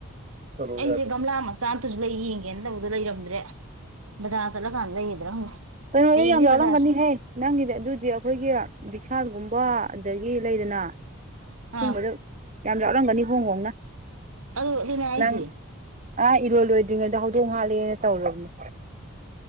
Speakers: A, on the right; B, on the right.
A: ꯆꯂꯣ
B: ꯑꯩꯁꯦ
A: ꯌꯥꯔꯦ
B: ꯒꯝꯂꯥ ꯑꯃ ꯆꯥꯝꯇꯁꯨ ꯂꯩ ꯌꯦꯡꯒꯦꯅ ꯇꯧꯕꯗ ꯂꯩꯔꯝꯗ꯭ꯔꯦ ꯕꯖꯥꯔ ꯆꯠꯂꯀꯥꯟꯗ ꯂꯩꯒꯗ꯭ꯔ ꯈꯪꯗꯦ
A: ꯀꯩꯅꯣꯗ
B: ꯍꯌꯦꯡꯁꯦ
A: ꯌꯥꯝ ꯌꯥꯎꯔꯝꯒꯅꯤꯍꯦ
B: ꯕꯖꯥꯔꯁꯨ
A: ꯅꯪꯒꯤꯗꯤ ꯑꯗꯨꯗꯤ ꯑꯩꯈꯣꯏꯒꯤ ꯕꯤꯁꯥꯜꯒꯨꯝꯕ ꯑꯗꯒꯤ ꯂꯩꯗꯅ ꯍꯣꯡꯕꯗ
B: ꯑꯥ
A: ꯌꯥꯝ ꯌꯥꯎꯔꯝꯒꯅꯤ ꯍꯣꯡ ꯍꯣꯡꯅ
B: <unintelligible> ꯍꯥꯏꯁꯦ
A: ꯅꯪ ꯑꯥ ꯏꯔꯣꯏ ꯂꯣꯏꯗ꯭ꯔꯤꯉꯩꯗ ꯍꯧꯗꯣꯡ ꯍꯥꯠꯂꯦꯅ ꯇꯧꯔꯕꯅꯦ